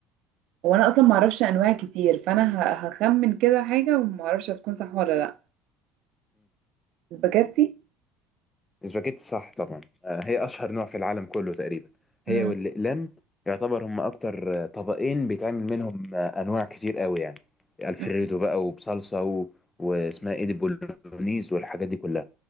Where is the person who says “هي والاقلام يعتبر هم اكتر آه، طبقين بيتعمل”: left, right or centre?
Left